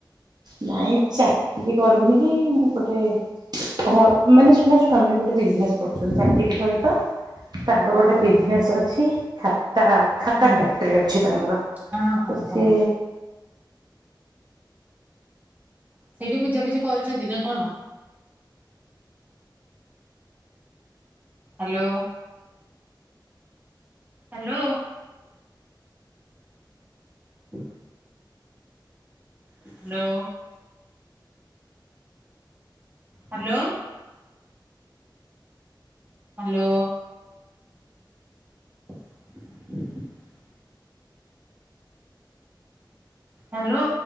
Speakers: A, on the right; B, on the right.
A: ନାଇଁ ଚାକିରି କରୁନି। ମୁଁ ଗୋଟେ ହଁ ମାନେ ସ୍ୱ ମୋ ସ୍ଵାମୀ ଗୋଟେ ବିଜନେସ୍ କରୁଚନ୍ତି ଚାକିର ସହିତ। ତାଙ୍କର
B: ଓହୋ
A: ଗୋଟେ ବିଜନେସ୍ ଅଛି ଖାତା ଖାତା
B: ହୁଁ
A: ଫ୍ୟାକ୍ଟ୍ରି ଅଛି ତାଙ୍କର।
B: ହଁ ହଁ
A: ତ ସେ
B: ହଁ ସେଇଠି ବୁଝାବୁଝି କରୁଚନ୍ତି ନା କଣ? ହାଲୋ। ହାଲୋ। ହ ହାଲୋ। ହାଲୋ। ହାଲୋ। <inaudible> ହାଲୋ।